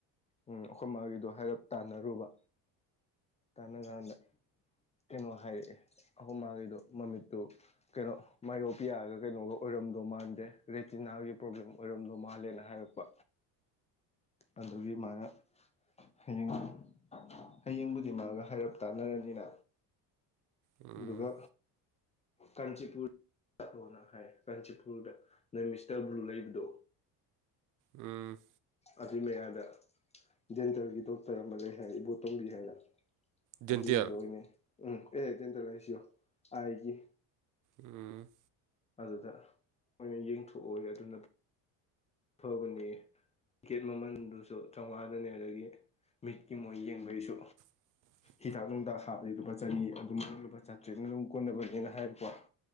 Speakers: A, on the left; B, on the right.
A: ꯎꯝ ꯑꯩꯈꯣꯏ ꯃꯥꯒꯤꯗꯣ ꯍꯥꯏꯔꯞ ꯇꯥꯟꯅꯔꯨꯕ ꯇꯥꯟꯅ ꯀꯥꯟꯗ ꯀꯩꯅꯣ ꯍꯥꯏꯔꯛꯑꯦ ꯑꯈ‌ꯣꯏ ꯃꯥꯒꯤꯗꯣ ꯃꯃꯤꯠꯇꯨ ꯀꯩꯅꯣ ꯃꯥꯏꯌꯣꯄꯤꯌꯥꯒ ꯀꯩꯅꯣꯒ ꯑꯣꯏꯔꯝꯗꯣ ꯃꯥꯟꯗꯦ ꯔꯦꯇꯤꯅꯥꯒꯤ ꯄ꯭ꯔꯣꯕ꯭ꯂꯦꯝ ꯑꯣꯏꯔꯝꯗꯣ ꯃꯥꯜꯂꯦꯅ ꯍꯥꯏꯔꯛꯄ ꯑꯗꯨꯒꯤ ꯃꯥꯅ ꯍꯌꯦꯡ ꯍꯌꯦꯡꯕꯨꯗꯤ ꯃꯥꯒ ꯍꯥꯏꯔꯞ ꯇꯥꯟꯅꯔꯅꯤꯅ
B: ꯎꯝ
A: ꯑꯗꯨꯒ ꯀꯥꯟꯆꯤꯄꯨꯔ ꯆꯠꯂꯣꯅ ꯍꯥꯏ ꯀꯥꯟꯆꯤꯄꯨꯔꯗ ꯅꯣꯏ ꯃꯤꯁꯇꯔ ꯕ꯭ꯂꯨ ꯂꯩꯕꯗꯣ
B: ꯎꯝ
A: ꯑꯗꯨꯏ ꯃꯌꯥꯗ ꯗ‌ꯦꯟꯇꯔꯒꯤ ꯗꯣꯛꯇꯔ ꯑꯃ ꯂꯩ ꯍꯥꯏꯌ‌ꯦ ꯏꯕꯣꯇꯣꯝꯕꯤ ꯍꯥꯏꯅ
B: ꯗꯦꯟꯇꯦꯜ
A: ꯑꯗꯨꯏꯗꯨꯗ ꯑꯣꯏꯅ ꯎꯝ ꯑꯦ ꯗ‌ꯦꯟꯇꯔ ꯍꯥꯏꯁꯤ ꯌ‌ꯦꯡꯉ‌ꯣ ꯑꯥꯏꯒꯤ
B: ꯎꯝ
A: ꯑꯗꯨꯗ ꯃꯣꯏ ꯑꯣꯏꯅ ꯌꯦꯡꯊꯣꯛꯑꯣ ꯑꯗꯨꯅ ꯐꯒꯅꯤꯌꯦ ꯒꯦꯠ ꯃꯃꯜꯗꯨꯁꯨ ꯆꯥꯝꯃꯉꯥꯗꯅꯦ ꯑꯗꯒꯤ ꯃꯤꯠꯀꯤ ꯃꯣꯏ ꯌꯦꯡꯕꯩꯁꯨ
B: <inaudible>
A: ꯍꯤꯗꯥꯛ ꯅꯨꯡꯗꯥꯛ ꯍꯥꯞꯄꯩ ꯂꯨꯄꯥ ꯆꯅꯤ ꯑꯗꯨꯝ ꯂꯨꯄꯥ ꯆꯥꯇ꯭ꯔꯦꯠꯅ ꯑꯗꯨꯝ ꯀꯣꯟꯅꯕꯅꯦꯅ ꯍꯥꯏꯔꯀꯣ